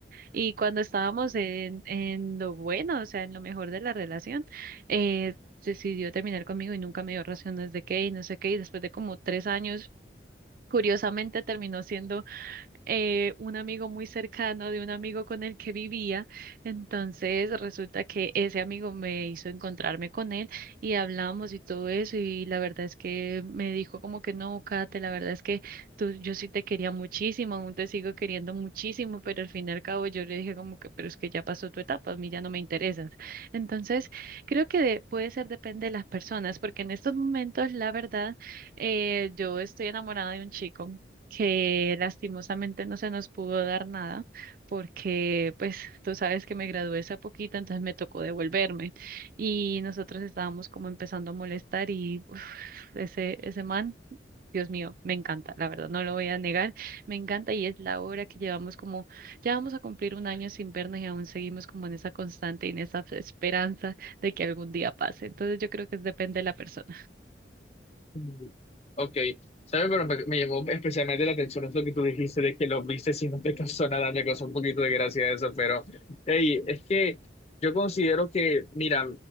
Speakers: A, on the right; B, on the left.
A: y cuando estábamos en, en lo bueno, o sea, en lo mejor de la relación, eh, decidió terminar conmigo y nunca me dio razones de qué y no sé qué. Y después de como tres años, curiosamente terminó siendo eh, un amigo muy cercano de un amigo con el que vivía. Entonces resulta que ese amigo me hizo encontrarme con él y hablamos y todo eso y la verdad es que me dijo como que no, Kate, la verdad es que tú, yo sí te quería muchísimo, aún te sigo queriendo muchísimo, pero al fin y al cabo yo le dije como que, pero es que ya pasó tu etapa, a mí ya no me interesas. Entonces creo que de- puede ser depende de las personas porque en estos momentos la verdad eh, yo estoy enamorada de un chico que lastimosamente no se nos pudo dar nada porque pues tú sabes que me gradué hace poquito, entonces me tocó devolverme y nosotros estábamos como empezando a molestar y uf, ese, ese man, Dios mío, me encanta, la verdad, no lo voy a negar, me encanta y es la hora que llevamos como, ya vamos a cumplir un año sin vernos y aún seguimos como en esa constante y en esa esperanza de que algún día pase. Entonces yo creo que depende de la persona.
B: Mm, Ok, ¿sabes? Pero me, me llamó especialmente la atención es lo que tú dijiste de que lo viste si no te causó nada, me causó un poquito de gracia eso, pero hey, es que yo considero que, mira,